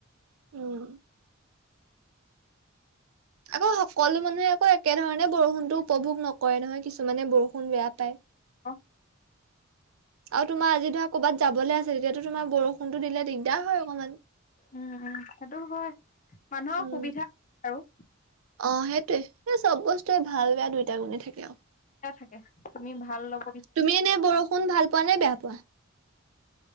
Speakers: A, on the right; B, on the left.
A: উম। আকৌ সকলো মানুহে আকৌ একেধৰণে বৰষুণতো উপভোগ নকৰে নহয়, কিছুমানে বৰষুণ বেয়া পায়।
B: অ'।
A: আৰু তোমাৰ আজি ধৰা ক'ৰবাত যাবলৈ আছে, তেতিয়াতো তোমাৰ বৰষুণতো দিলে দিগদাৰ হয় অকণমান।
B: উম উম সেইটো হয়, মানুহৰ
A: উম।
B: সুবিধা, আৰু।
A: অ' সেইটয়ে এই চব বস্তুৱে ভাল বেয়া দুইটা গুণে থাকে আৰু।
B: থাকে তুমি ভাল লগবা
A: তুমি এনে বৰষুণ ভাল পোৱা নে বেয়া পোৱা?